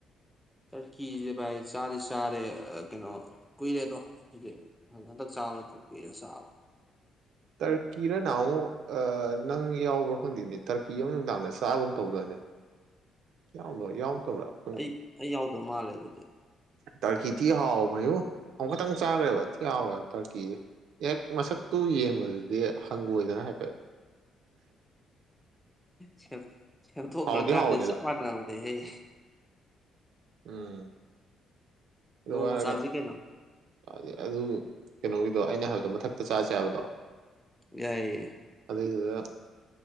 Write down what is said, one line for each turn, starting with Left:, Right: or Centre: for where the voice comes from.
Centre: ꯇꯔꯀꯤꯖꯦ ꯚꯥꯏ ꯆꯥꯗꯤ ꯆꯥꯔꯦ ꯑꯥ ꯀꯩꯅꯣ ꯀꯨꯏꯔꯦ ꯑꯗꯣ ꯍꯗꯤ ꯍꯟꯗꯛ ꯆꯥꯕ ꯅꯠꯇꯦ ꯀꯨꯏꯔꯦ ꯆꯥꯕ ꯫
Right: ꯇꯔꯀꯤꯔ ꯅꯥ ꯃꯨꯛ ꯑꯥ ꯅꯪ ꯌꯥꯎꯕ꯭ꯔꯥ ꯈꯪꯗꯦꯅꯦ ꯫ ꯇꯔꯀꯤ ꯑꯃ ꯅꯨꯡꯗꯥꯡꯗ ꯆꯥꯒꯨꯝ ꯇꯧꯗꯥꯏꯅꯦ ꯌꯥꯎꯗ꯭ꯔꯣ ꯌꯥꯎꯛꯇꯕ꯭ꯔꯥ ꯫
Centre: ꯑꯩ ꯑꯩ ꯌꯥꯎꯗꯕ ꯃꯥꯜꯂꯦ ꯑꯗꯨꯗꯤ ꯫
Right: ꯇꯔꯀꯤ ꯊꯤ ꯍꯥꯎꯕꯅꯦꯕꯨ ꯑꯃꯨꯈꯇꯪ ꯆꯥꯒ꯭ꯔꯦꯕ ꯊꯤ ꯍꯥꯎꯋꯦꯕ ꯇꯔꯀꯤꯖꯦ ꯫ ꯍꯦꯛ ꯃꯁꯛꯇꯨ ꯌꯦꯡꯕꯗꯗꯤ ꯍꯪꯒꯣꯏꯗꯅ ꯍꯥꯏꯐꯦꯠ ꯫
Centre: ꯁꯦꯝ ꯁꯦꯝꯊꯣꯛꯈ꯭ꯔꯀꯥꯟꯗ
Right: ꯍꯥꯎꯗꯤ ꯍꯥꯎꯋꯦ
Centre: ꯆꯞ
Right: ꯑꯗꯣ
Centre: ꯃꯥꯟꯅꯕꯟ ꯗꯦꯍ‌ꯦ
Right: ꯎꯝ ꯫ ꯑꯗꯨ
Centre: ꯅꯣꯡꯃ
Right: ꯍꯥꯏꯔꯒ
Centre: ꯆꯥꯁꯤ ꯀꯩꯅꯣ
Right: ꯍꯧꯖꯤꯛ ꯑꯗꯨ ꯀꯩꯅꯣꯒꯤꯗꯣ ꯑꯩꯅ ꯍꯥꯏꯕꯗꯣ ꯃꯊꯛꯇ ꯆꯥꯁꯦ ꯍꯥꯏꯕꯗꯣ ꯫
Centre: ꯌꯥꯏꯌꯦ ꯫
Right: ꯑꯗꯩꯗꯨꯗ